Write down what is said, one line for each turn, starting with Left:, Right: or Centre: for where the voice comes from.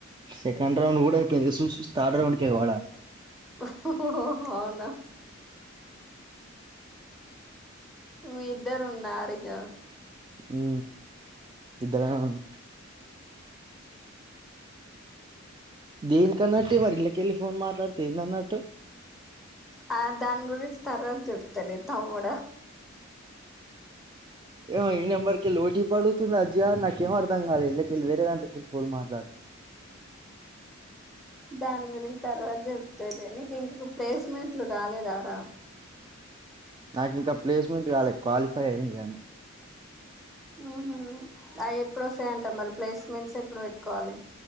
Right: సెకండ్ రౌండ్ కూడాపోయింది సూసి సూసి థర్డ్ రౌండ్ ఎగవాడాలి
Centre: అవునా మీ ఇద్దర్ ఉన్నారిగా
Right: ఉ ఇద్దరమే ఉన్ దేనికన్నట్ మరి ఇళ్లకెళ్ళి ఫోన్ మాట్లాడితే ఏందన్నట్టు
Centre: ఆ దాని గురించి తర్వాత చెప్తాలే తమ్ముడా
Right: ఏమో ఈ నంబర్కికేలి ఓటీపీ అడుగుతుండు అంజి గాడు నక్ కెమోర్దాంగాలే ఇల్లకెళ్ళి వేరే దాంట్లకెల్లి ఫోన్ మాట్లాడితే
Centre: దాని గురించి తర్వాత చెప్తేలే నీకు ఇంక ప్లేస్మెంట్లు రాలేదారా
Right: నాకు ఇంకా ప్లేస్మెంట్ కాలే క్వాలిఫై అయి్యింది గానీ
Centre: ఉహు అయి ఎప్పుడస్తాయింట మరి ప్లేస్మెంట్స్ ఎప్పుడు పెట్టకోవాలి